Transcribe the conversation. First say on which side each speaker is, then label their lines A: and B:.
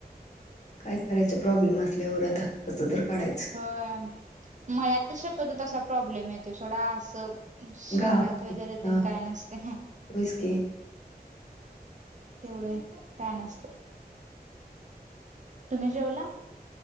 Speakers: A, on the left; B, on the right.
A: काय करायच प्रॉब्लेम असल्यावर आता कसं तर काढायचं
B: हो मळत शक्यत तसा प्रॉब्लेम येतो थोडा असं शहरात
A: गाव
B: वगैरे ते
A: हा
B: काय नसते
A: होयच की.
B: तेवढंय काय नसतं तुम्ही जेवला